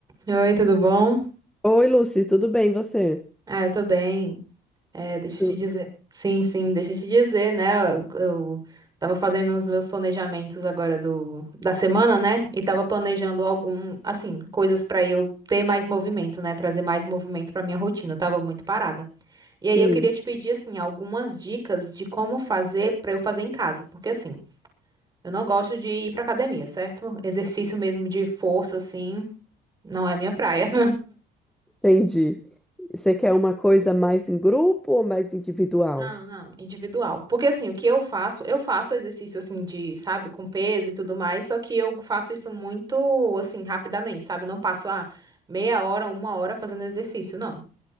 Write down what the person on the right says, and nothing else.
Oi, tudo bom?
Ah, eu tô bem. É, deixa
eu te dizer. Sim, sim, deixa eu te dizer, né? Eu, eu tava fazendo os meus planejamentos agora do, da semana, né? E tava planejando algum, assim, coisas pra eu ter mais movimento, né? Trazer mais movimento pra minha rotina. Eu tava muito parada. E aí
eu queria te pedir, assim, algumas dicas de como fazer pra eu fazer em casa, porque assim, eu não gosto de ir pra academia, certo? Exercício mesmo de força, assim, não é minha praia.
Não, não, individual. Porque assim, o que eu faço, eu faço exercício assim de, sabe, com peso e tudo mais, só que eu faço isso muito assim, rapidamente, sabe? Eu não passo ah, meia hora, uma hora fazendo exercício, não.